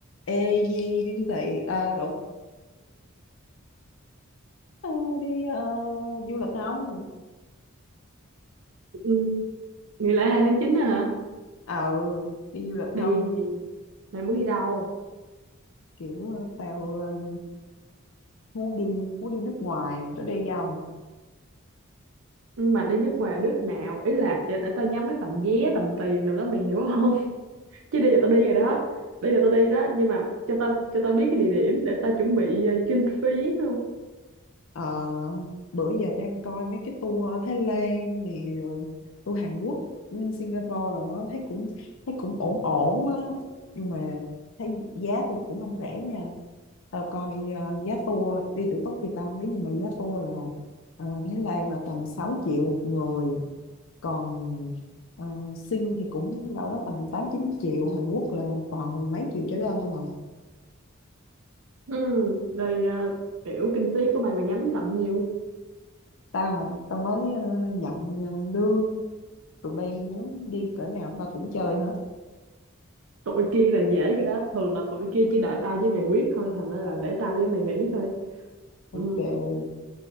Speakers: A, on the left; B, on the right.
A: Ê Nhi đi siêu thị à, lộn Ờ, đi ờ, du lịch không?
B: Ừ. Nghỉ lễ 2 tháng 9 á hả?
A: Ờ đi du lịch không?
B: Đi mày, mày muốn đi đâu?
A: Kiểu ờ, tao ờ, muốn đi muốn đi nước ngoài mà có đi không?
B: Nhưng mà đi nước ngoài nước nào? Ý là để, để tao nhắm cái tầm vé, tầm tiền đâu đó mày hiểu không? <laughs> Chứ đi là tao đi rồi đó. Đi là tao đi đó, nhưng mà cho tao cho tao biết cái địa điểm để tao chuẩn bị ờ, kinh phí luôn.
A: Ờ bữa giờ đang coi mấy cái tour Thái Lan nè rồi tour Hàn Quốc, ừ, Singapore rồi đó, thấy cũng thấy cũng ổn ổn á nhưng mà thấy giá thì cũng không rẻ nha. Tao coi ờ, giá tour đi tự túc thì tao không biết nhưng mà giá tour là ờ, Thái Lan là tầm sáu triệu một người còn ờ, sinh thì cũng đâu đó tầm 8 9 triệu Hàn Quốc là toàn mười mấy triệu trở lên không à
B: Ừ, rồi ờ, kiểu kinh phí của mày mày nhắm tầm nhiêu?
A: tao hả tao mới ờ, nhận ờ, lương tụi bay muốn đi cỡ nào tao cũng chơi hết
B: Tụi kia là dễ cái đó, thường là tụi kia chỉ đợi tao với mày quyết thôi, thành ra là để tao với mày nghĩ coi.
A: ok
B: Ừ,